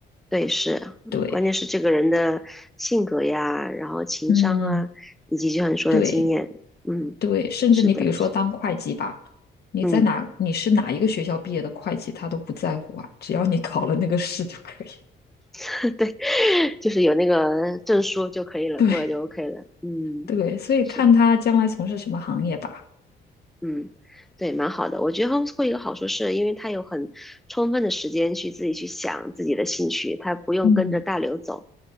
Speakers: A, in the centre; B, on the left (about 55°).
A: 对是，
B: 对，
A: 关键是这个人的性格呀，然后情商啊，
B: 嗯，
A: 以及就像你说的经验。
B: 对
A: 嗯，
B: 对，甚至你比如说当会计吧，
A: 是的，是
B: 你在哪你是哪一个学校毕业的会计，
A: 嗯。
B: 他都不在乎啊，只要你 <laughs> 考了那个试就可以。<laughs>
A: <laughs> 对，就是有那个证书就可以了，
B: 对，
A: 过了就 OK 了。嗯，
B: 对，所以看他将来从事什么行业吧。
A: 是，嗯，对，蛮好的。我觉得 homeschool 一个好处是因为它有很充分的时间去自己去想自己的兴趣，它不用跟着大流走。
B: 嗯，